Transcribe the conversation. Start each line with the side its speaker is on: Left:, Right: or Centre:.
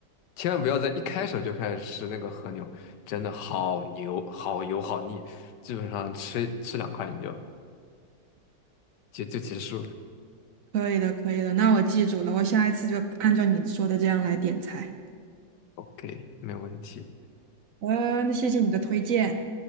Left: 千万不要在一开始就开始吃那个和牛，真的好牛、好油、好腻，基本上吃吃两块你就就就结束了。
Right: 可以的，可以的。那我记住了，我下一次就按照你说的这样来点菜。
Left: OK，没有问题。
Right: 呃，那谢谢你的推荐。